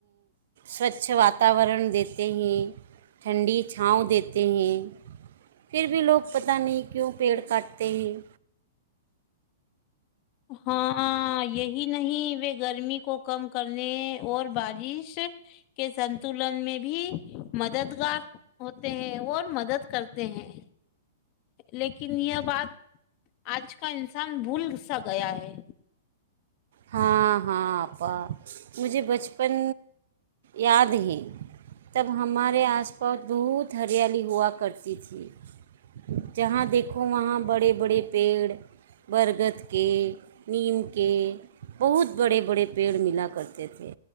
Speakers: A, on the right; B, on the left.
A: سوچھ واتاورن دیتے ہیں ٹھنڈی چھاؤں دی ت ہیں پھر بھی لوگ پتاہ نہیں کیوں پیڑ کاٹتے ہیں
B: ہاں یہی نہیں گرمی کو کم کرنے اور بارش کے سنتلن میں بھی مددگار ہوتے ہیں اور مدد کرتے ہیں لیکن یہ بات آج کا انسان بھول سا گیا ہے
A: ہاں ہاں اپا مجھے بچپن یاد ہے تب ہمارے آس پاس بہت ہریالی ہوا کرتی تھی جہاں دیکھ دیکھو وہاں بڑے بڑے پیڑ برگد کے نیم کے بہت بڑے بڑے پیڑ ملا کرتے تھے